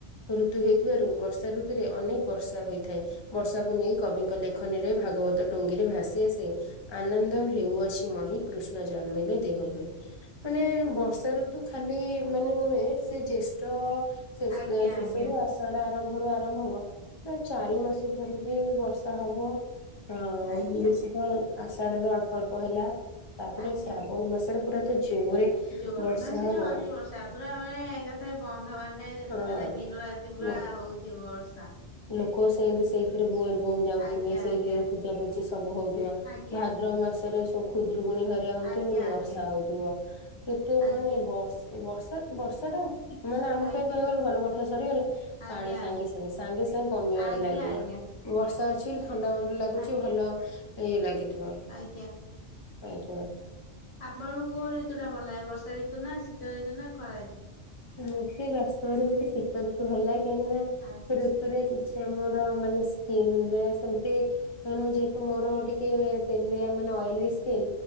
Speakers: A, on the left; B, on the left.
A: ଋତୁ ହେଇଥିବାରୁ ବର୍ଷା ଋତୁ ରେ ଅନେକ ବର୍ଷା ହୋଇଥାଏ ବର୍ଷାକୁ ନେଇ କବିଙ୍କ ଲେଖନୀରେ ଭାଗବତ ଟୁଙ୍ଗିରେ ଭାସି ଆସେ। ଆନନ୍ଦ ହେଉଅଛି ମହି କୃଷ୍ଣ ଜନ୍ମଲେ ଦେହ ଭଳି ମାନେ ବର୍ଷା ର ଖାଲି ମାନେ ନୁହେଁ ସେ ଜେଷ୍ଠ ଶେଷ
B: ଆଜ୍ଞା
A: ଶେଷରୁ ଆସ ବର୍ଷଟା ଆରମ୍ଭରୁ ଆରମ୍ଭ ହବ ପ୍ରାୟ ଚାରି ମାସ ଧରି ବି ବର୍ଷା ହବ? ହଁ
B: ଆଜ୍ଞା
A: ବେଶୀ ତ ଆଷାଢରେ ଅଳ୍ପ ଅଳ୍ପ ହେଲା ତାପରେ
B: ଆଜ୍ଞା
A: ଶ୍ରାବଣ ମାସରେ ପୁରା ତ ଜୋରେ
B: ଜୋର
A: ବର୍ଷା
B: ମାନେ ସେ
A: ହବ।
B: ଝରି ବର୍ଷା ପୁରା ମାନେ ଏକଥରେ ବନ୍ଦ ହବାର ନାଇଁ
A: ହଁ
B: ମାନେ ଦିନ ରାତି ପୁରା
A: ହଁ।
B: ହଉ ଥିବ ବର୍ଷା।
A: ଲୋକ ସେମିତି
B: ଆଜ୍ଞା
A: ସେଇଥିରେ ବୋଲ ବୋମ ଯାଉଥିବେ
B: ଆଜ୍ଞା
A: ସେଇଥିରେ ପୂଜାପୁଜି ସବୁ ହଉଥିବ
B: ଆଜ୍ଞା
A: ଭା ଭାଦ୍ରବ ମାସରେ ସବୁ ଖୁଦୂରୁକୁଣି ଭା ହଉଥିବ
B: ଆଜ୍ଞା
A: କିନ୍ତୁ
B: ଆଜ୍ଞା
A: ବର୍ଷା ହଉଥିବ କେତେ
B: ଆଜ୍ଞା
A: ମାନେ ବଷ ବର୍ଷା ବର୍ଷା ଟା ମାନେ ଆମ
B: ଆଜ୍ଞା
A: ପାଇଁ କହିବାକୁ
B: ଆଜ୍ଞା
A: ଗଲେ ଭଲ ବର୍ଷା ସରିଗଲେ
B: ଆଜ୍ଞା
A: ପାଣି
B: ଆଜ୍ଞା
A: ସାଙ୍ଗେ- ସାଙ୍ଗେ -ସାଙ୍ଗେ -ସାଙ୍ଗେ କମିବାରେ
B: ଆଜ୍ଞା
A: ଲାଗିବ। ବର୍ଷା ଅଛି ବୋଲି ଥଣ୍ଡା ମଣ୍ଡା ଲାଗୁଛି
B: ଆଜ୍ଞା ଆଜ୍ଞା
A: ଭଲ ଇଏ ଲାଗିଥିବ।
B: ଆଜ୍ଞା
A: ଆଜ୍ଞା।
B: ଆପଣଙ୍କୁ କୋଉ ଋତୁ ଟା ଭଲ ଲାଗେ ବର୍ଷା ଋତୁ ନା ଶୀତ ଋତୁ ନା ଖରା ଋତୁ।
A: ମତେ ବାସ୍ତବରେ ମତେ ଶୀତ ଋତୁ ଭଲ ଲାଗେ କାହିଁକି ନା
B: ଆଜ୍ଞା।
A: ସେ କିଛି ଆମର ମାନେ ସ୍କିନରେ ସେମତି ଯେହେତୁ ମୋର ଟିକିଏ ତେଲିଆ ମାନେ ଅଏଲି ସ୍କିନ।